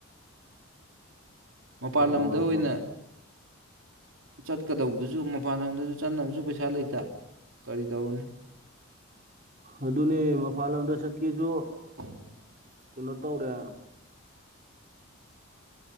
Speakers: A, on the right; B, on the right.
A: ꯃꯄꯥꯜ
B: ꯀꯣꯛ
A: ꯂꯝꯗ
B: ꯉꯥꯎꯔ
A: ꯑꯣꯏꯅ
B: ꯄꯣꯠ
A: ꯆꯠꯀꯗꯧꯕꯗꯨꯁꯨ ꯃꯄꯥꯟ ꯂꯝꯗꯁꯨ ꯆꯠꯅꯕꯁꯨ ꯄꯩꯁꯥ ꯂꯩꯇ ꯀꯔꯤ ꯇꯧꯔꯅꯤ
B: ꯑꯗꯨꯅꯦ ꯃꯄꯥꯟ ꯂꯝꯗ ꯆꯠꯀꯦꯁꯨ
A: <inaudible>
B: ꯀꯩꯅꯣ ꯇꯧꯔꯦ